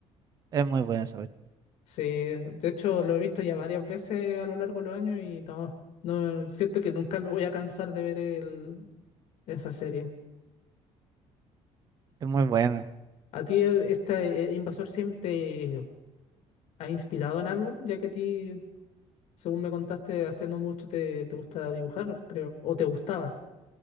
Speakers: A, on the right; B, on the left.
A: es muy buena esa cuestión,
B: Sí, de hecho lo he visto ya varias veces a lo largo de los años y no, no siento que nunca me voy a cansar de ver el, esa serie.
A: es muy buena.
B: ¿A ti eh, este eh, Invasor Sim te ha inspirado en algo? Ya que a ti según me contaste, hace no mucho te, te gusta dibujar, creo, o te gustaba,